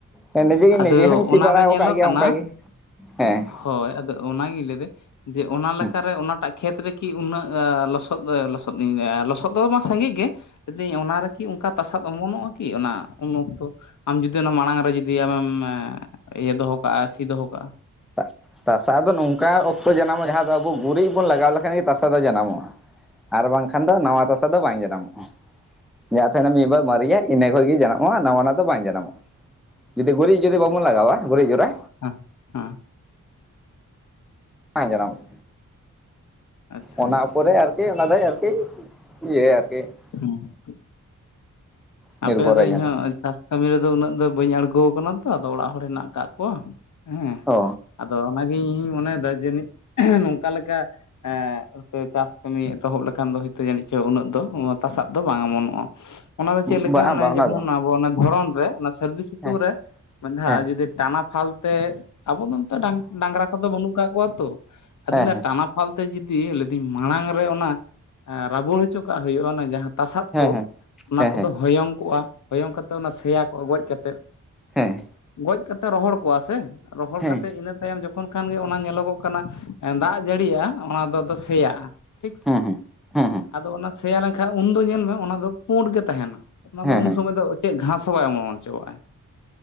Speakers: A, in the centre; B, on the left.
A: ᱦᱮᱸ ᱱᱤᱡᱮ ᱜᱮ
B: ᱟᱫᱚ
A: ᱱᱤᱡᱮ ᱦᱚᱧ ᱥᱤ
B: ᱚᱱᱟᱨᱮ
A: ᱵᱟᱲᱟᱣᱟᱠᱟᱫ
B: ᱧᱮᱞᱚᱜ
A: ᱜᱮᱭᱟ
B: ᱠᱟᱱᱟ
A: ᱚᱱᱠᱟᱜ ᱜᱮ, ᱦᱮᱸ ᱾
B: ᱦᱳᱭ ᱟᱫᱚ ᱚᱱᱟᱜᱤ ᱞᱟᱹᱭᱫᱤ ᱡᱮ ᱚᱱᱟ ᱞᱮᱠᱟᱨᱮ
A: ᱦᱮᱸ
B: ᱚᱱᱟᱴᱟᱜ ᱠᱷᱮᱛ ᱨᱮᱠᱤ ᱩᱱᱟᱹᱜ ᱞᱚᱥᱚᱫ ᱞᱚᱥᱚᱫ <unintelligible> ᱚᱱᱟ ᱨᱮ ᱠᱤ ᱚᱱᱠᱟ ᱛᱟᱥᱟᱵ ᱚᱢᱚᱱᱚᱜᱼᱟ ᱠᱤ ᱚᱱᱟ ᱩᱱ ᱚᱠᱛᱚ? ᱟᱢ ᱡᱩᱫᱤ ᱚᱱᱟ ᱢᱟᱲᱟᱝ ᱨᱮ ᱡᱩᱫᱤ ᱟᱢᱮᱢ ᱤᱭᱟᱹ ᱫᱚᱦᱚ ᱠᱟᱜᱼᱟ ᱥᱤ ᱫᱚᱦᱚ ᱠᱟᱜᱼᱟ ᱾
A: ᱛᱟ ᱛᱟᱥᱟ ᱫᱚ ᱱᱚᱝᱠᱟ ᱚᱠᱛᱚ ᱡᱟᱱᱟᱢᱚᱜᱼᱟ ᱡᱟᱦᱟᱸ ᱫᱚ ᱟᱵᱚ ᱜᱩᱨᱤᱡ ᱵᱚᱱ ᱞᱟᱜᱟᱣ ᱞᱮᱠᱷᱟᱱ ᱜᱮ ᱛᱟᱥᱟ ᱫᱚ ᱡᱟᱱᱟᱢᱚᱜᱼᱟ ᱾ ᱟᱨ ᱵᱟᱝᱠᱷᱟᱱ ᱫᱚ ᱱᱟᱣᱟ ᱫᱚᱥᱟ ᱫᱚ ᱵᱟᱝ ᱡᱟᱱᱟᱢᱚᱜᱼᱟ, ᱡᱟᱦᱟᱸ ᱛᱟᱦᱮᱱᱟ ᱢᱤᱫ ᱵᱟᱨ ᱢᱟᱨᱮᱭᱟᱜ ᱤᱱᱟᱹ ᱠᱷᱚᱡ ᱜᱮ ᱡᱟᱱᱚᱜᱼᱟ ᱱᱟᱣᱟ ᱱᱟ ᱫᱚ ᱵᱟᱝ ᱡᱟᱱᱟᱚᱜᱼᱟ᱾ ᱡᱩᱫᱤ ᱜᱩᱨᱤᱡᱽ ᱡᱩᱫᱤ ᱵᱟᱵᱚᱱ ᱞᱟᱜᱟᱣᱟ ᱜᱩᱨᱤᱡᱽ ᱠᱚᱨᱮ
B: ᱦᱮᱸ ᱦᱮᱸ,
A: ᱵᱟᱝ ᱡᱟᱱᱟᱢᱚᱜᱼᱟ
B: ᱦᱮᱸ ᱟᱪᱪᱷᱟ
A: ᱚᱱᱟ ᱯᱚᱨᱮ ᱟᱨᱠᱤ ᱚᱱᱟ ᱫᱚᱭ ᱟᱨᱠᱤ ᱤᱭᱟᱹᱭᱟ ᱟᱨᱠᱤ ᱾
B: ᱦᱩᱸ
A: ᱱᱤᱨᱵᱷᱚᱨᱟᱭ
B: ᱟᱯᱮ ᱫᱚ
A: ᱡᱟᱦᱟᱸ
B: ᱤᱧ ᱦᱚᱸ <inaudible> ᱠᱟᱹᱢᱤ ᱨᱮᱫᱚ ᱩᱱᱟᱹᱜ ᱫᱚ ᱵᱟᱹᱧ ᱟᱬᱜᱚᱣᱟᱠᱟᱱᱟ ᱛᱚ ᱟᱫᱚ ᱚᱲᱟᱜ ᱦᱚᱲ ᱦᱮᱱᱟᱜ ᱟᱠᱟᱫ ᱠᱚᱣᱟ ᱦᱮᱸ,
A: ᱚ
B: ᱟᱫᱚ ᱚᱱᱟᱜᱮ ᱤᱧᱤᱧ ᱢᱚᱱᱮᱭᱮᱫᱟ ᱡᱮ ᱱᱤᱛ ᱱᱚᱝᱠᱟ ᱞᱮᱠᱟ ᱮ ᱛᱮ ᱪᱟᱥ ᱠᱟᱹᱢᱤ ᱮᱛᱚᱦᱚᱵ ᱞᱮᱠᱷᱟᱱ ᱫᱚ ᱦᱚᱭᱛᱳ ᱡᱟᱱᱤᱡ ᱪᱚ ᱩᱱᱟᱹᱜ ᱫᱚ ᱛᱟᱥᱟᱜ ᱫᱚ ᱵᱟᱝ ᱚᱢᱚᱱᱚᱜᱼᱟ, ᱚᱱᱟ ᱫᱚ ᱪᱮᱫ ᱞᱮᱠᱟ
A: ᱵᱟᱝ
B: ᱚᱱᱮ
A: ᱵᱟᱝ
B: ᱡᱮᱢᱚᱱ
A: ᱚᱱᱟ ᱫᱚ
B: ᱟᱵᱚ ᱚᱱᱮ ᱫᱷᱚᱨᱚᱱ ᱨᱮ ᱥᱟᱹᱨᱫᱤ ᱥᱤᱛᱩᱝ
A: ᱦᱮᱸ
B: ᱨᱮ ᱢᱮᱱ <inaudible>
A: ᱦᱮᱸ
B: ᱡᱩᱫᱤ ᱴᱟᱱᱟ ᱯᱷᱟᱞ ᱛᱮ ᱟᱵᱚ ᱫᱚ ᱱᱚᱛᱮ ᱰᱟᱝ ᱰᱟᱝᱨᱟ ᱠᱚᱫᱚ ᱵᱟᱹᱱᱩᱜ ᱠᱟᱜ ᱠᱚᱣᱟ ᱛᱚ ᱟᱫᱚᱧ
A: ᱦᱮᱸ
B: ᱞᱟᱹᱭ
A: ᱦᱮᱸ
B: ᱫᱟ ᱴᱟᱱᱟ ᱯᱷᱟᱞ ᱛᱮ ᱡᱩᱫᱤ ᱞᱟᱹᱭᱫᱟᱹᱧ ᱢᱟᱲᱟᱝ ᱨᱮ ᱚᱱᱟ, ᱮᱸ ᱨᱟᱵᱩᱲ ᱦᱚᱪᱚ ᱠᱟᱜ ᱦᱩᱭᱩᱜᱼᱟ <unintelligible> ᱛᱟᱥᱟᱫ ᱠᱚ,
A: ᱦᱮᱸ
B: ᱚᱱᱟ
A: ᱦᱮᱸ
B: ᱠᱚᱫᱚ
A: ᱦᱮᱸ
B: ᱦᱚᱭᱚᱝ ᱠᱚᱜᱼᱟ ᱦᱚᱭᱚᱝ ᱠᱟᱛᱮᱫ ᱚᱱᱟ ᱥᱮᱭᱟ ᱠᱚᱜ-ᱟ ᱜᱚᱡ ᱠᱟᱛᱮᱫ
A: ᱦᱮᱸ᱾
B: ᱜᱚᱡ ᱠᱟᱛᱮ ᱨᱚᱦᱚᱲ ᱠᱚᱜ-ᱟ ᱥᱮ, ᱨᱚᱦᱚᱲ
A: ᱦᱮᱸ
B: ᱠᱟᱛᱮ
A: ᱦᱮᱸ
B: ᱤᱱᱟᱹ ᱛᱟᱭᱚᱢ ᱡᱚᱠᱷᱚᱱ ᱠᱷᱟᱱ ᱜᱮ ᱚᱱᱟ ᱧᱮᱞᱚᱜᱚᱜ ᱠᱟᱱᱟ ᱮᱸ ᱫᱟᱜ ᱡᱟᱹᱲᱤᱜᱼᱟ, ᱚᱱᱟ ᱫᱚ ᱟᱫᱚ ᱥᱮᱭᱟᱜᱼᱟ ᱴᱷᱤᱠ
A: ᱦᱮᱸ
B: ᱥᱮ,
A: ᱦᱮᱸ ᱦᱮᱸ ᱦᱮᱸ ᱦᱮᱸ ᱦᱮᱸ
B: ᱟᱫᱚ ᱚᱱᱟ ᱥᱮᱭᱟ ᱞᱮ ᱠᱷᱟᱡ ᱩᱱᱫᱚ ᱧᱮᱞ ᱢᱮ ᱚᱱᱟ ᱫᱚ ᱯᱩᱸᱰ ᱜᱮ ᱛᱟᱦᱮᱸᱱᱟ, ᱚᱱᱟ
A: ᱦᱮᱸ
B: ᱫᱚ ᱩᱱ
A: ᱦᱮᱸ
B: ᱥᱚᱢᱚᱭ ᱫᱚ ᱪᱮᱫ ᱜᱷᱟᱥ ᱦᱚᱸ ᱵᱟᱭ ᱚᱢᱚᱱ ᱦᱚᱪᱚᱣᱟᱜᱼᱟᱭ᱾